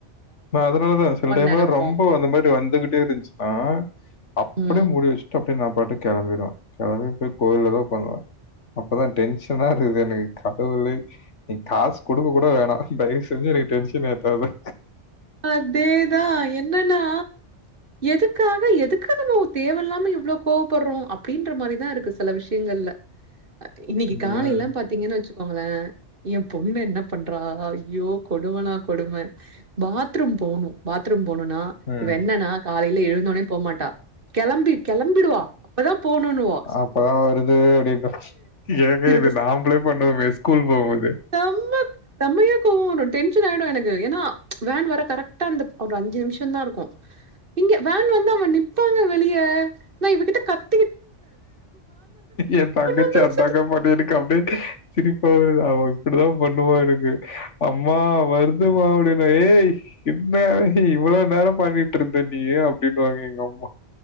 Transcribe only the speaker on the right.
நெனைப்போம்.
ம்.
அதேதா என்னன்னா எதுக்காக எதுக்கு நம்மோ தேவல்லா இவ்ளோ கோவப்படுறோ அப்டின்ற மாரிதா இருக்கு செல விஷியங்கள்ல இன்னிக்கு
காலைலா பாத் திங்கனு வச்சுக்கோங்ளே என் பொண்ணு என்ன பண்றா ஐயோ கொடுமனா கொடும பாத்ரூம் போணு பாத்ரூம் போணுனா
இவ என்னன்னா காலையில எழுந்தோனே போமாட்டா கெளம்பி கெளம்பிடுவா அப்பதா போணுனுவா
எனக்கு
ரொம்பக் சம்மையா கோவ வரு டென்ஷன் ஆயிடு எனக்கு ஏன்னா வேன் வர கரெக்டா அந்த ஒரு அஞ்சு நிமிஷம்ந்தா இருக்கு இங்க வேன் வந்து அவன் நிப்பாங்க வெளிய நா இவகிட்ட கத்
வந்துருச்சு